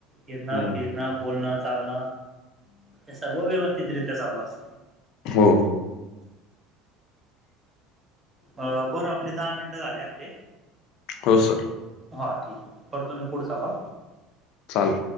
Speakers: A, on the right; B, on the left.
A: हिंडण
B: हम्म
A: फिरण बोलण चालण हे सर्व व्यवस्थितरित्या चालू असत.
B: हो.
A: अ बर.. आपले दहा मिनट झाले आपले.
B: हो सर.
A: हा ठीके करतो.. मी पुढचा कॉल?
B: चाल